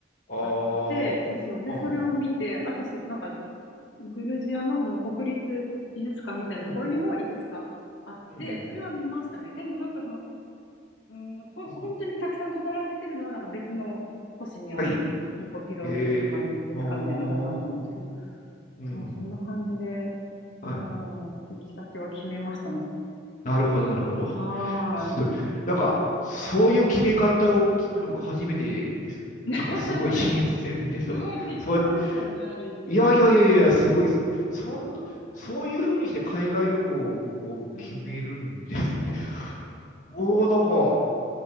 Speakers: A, on the left; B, on the left.
A: あー、
B: あって、そうそう。で、
A: あー、
B: それを見て、
A: あー
B: あとそ、なんか、グルジアのその国立美術館みたいなところにもいくつかあって、
A: うん、うん、
B: それは見ましたね。でもなんかその、うん、ほん、
A: うん
B: 本当にたくさん語られてるのはなんか別の星にある、
A: はい。
B: ニコピロスマニ美術館みたいなのが多分あると思うんですけど、
A: えー、おー、うん。
B: そう、そんな感じで、
A: はい。
B: うん、行き先は決めましたね。
A: なるほど、なるほど。
B: はー
A: す、なんか、そういう決め方を聞くのが初めてです。
B: い。<laughs>
A: なんか、すごい新鮮ですよ。
B: すごい適当ですよね、
A: そうやって、
B: ある意味。
A: いやいやいやいやいや、すごい、すごい。そんな、そういうふうにして海外旅行を決めるんですね。
B: うん。
A: おー、なんか、